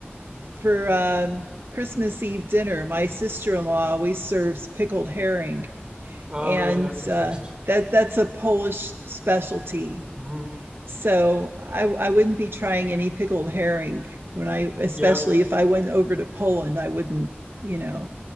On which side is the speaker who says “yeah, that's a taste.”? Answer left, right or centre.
Right